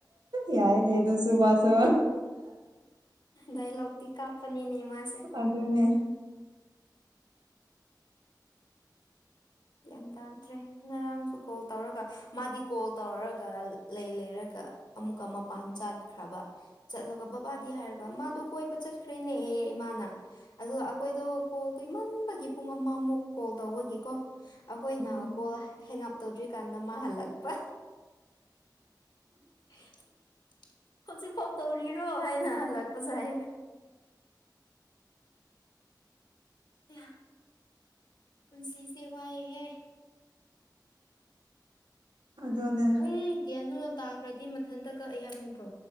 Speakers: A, on the right; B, on the left.
A: ꯌꯥꯏꯅꯦ ꯑꯗꯨꯨꯁꯨꯨ ꯃꯁꯨ
B: ꯗꯥꯏꯂꯣꯛꯇꯤ ꯀꯥꯞꯄꯅꯤꯅꯦ ꯃꯥꯁꯦ
A: ꯑꯗꯨ ꯅꯦ
B: ꯒ꯭ꯌꯥꯟ ꯇꯥꯗ꯭ꯔꯦ ꯉꯔꯥꯡꯁꯨ ꯀꯣꯜ ꯇꯧꯔꯒ ꯃꯥꯗꯤ ꯀꯣꯜ ꯇꯧꯔꯒ ꯂꯩ ꯂꯩꯔ ꯒ ꯑꯃꯨꯛꯀ ꯃꯄꯥꯟ ꯆꯥꯠꯈ꯭ꯔꯕ ꯆꯠꯂꯒ ꯕꯕꯥꯗꯤ ꯍꯥꯏꯔꯒ ꯃꯥꯗꯣ ꯀꯣꯏꯕ ꯆꯠꯈ꯭ꯔꯦꯅꯦ ꯑꯦ ꯏꯃꯥꯅ ꯑꯗꯨꯒ ꯑꯩꯈꯣꯏꯗꯣ ꯀꯣꯜ ꯀꯨꯏꯃꯟꯕꯒꯤ ꯄꯨꯡ ꯑꯃꯃꯨꯛ ꯀꯣꯜ ꯇꯧꯕꯒꯤꯀꯣ ꯑꯈꯣꯏꯅ
A: ꯎꯝ
B: ꯀꯣꯜ ꯍꯦꯡꯑꯞ ꯇꯧꯗ꯭ꯔꯤꯀꯥꯟꯗ ꯃꯥꯍꯜꯂꯛꯄ <unintelligible> ꯍꯧꯖꯤꯛꯐꯥꯎ ꯇꯧꯔꯤꯔꯣ ꯍꯥꯏꯅ ꯍꯜꯂꯛꯄꯁꯥꯏ <unintelligible> ꯄꯨꯟꯁꯤ ꯁꯦ ꯋꯥꯏ ꯍꯦ
A: ꯑꯗꯨꯅꯦ
B: ꯄꯨꯡ ꯀꯌꯥꯅꯣ ꯇꯥꯈ꯭ꯔꯗꯤ ꯃꯊꯟꯇ ꯀꯛꯑꯩ ꯍꯥꯕ ꯅꯠꯇ꯭ꯔꯣ